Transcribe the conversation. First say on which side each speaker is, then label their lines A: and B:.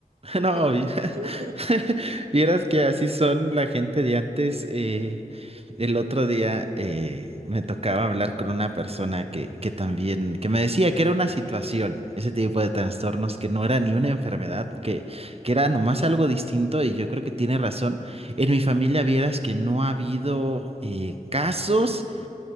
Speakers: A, on the right; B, on the right.
A: No,
B: ¿Qué opinas
A: vi- <laughs>
B: tú? <laughs>
A: vieras
B: ¿Qué opinas
A: que
B: tú de
A: así
B: eso?
A: son la gente de antes. eh, el otro día eh, me tocaba hablar con una persona que, que también, que me decía que era una situación, ese tipo de trastornos, que no era ni una enfermedad, que, que era nomás algo distinto y yo creo que tiene razón. En mi familia vieras que no ha habido eh, casos